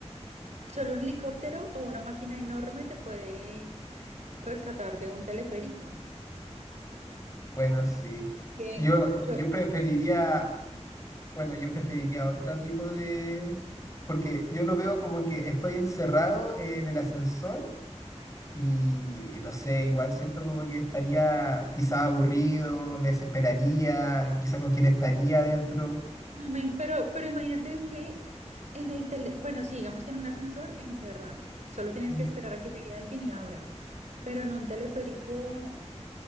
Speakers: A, on the right; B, on the left.
A: Solo un helicóptero o una máquina enorme te puede rescatar de un teleférico.
B: Bueno, sí.
A: Que
B: Yo, yo
A: yo,
B: preferiría Bueno, yo preferiría otro tipo de... Porque yo lo veo como que estoy encerrado en el ascensor y no sé, igual siento como que estaría quizá aburrido, me desesperaría, quizá con quién estaría adentro.
A: No me- pero, pero imagínate, es que en el tele, bueno, sí, digamos que en un ascensor encerrado, solo tienes
B: Mm.
A: que esperar a que llegue alguien y abra, pero en un teleférico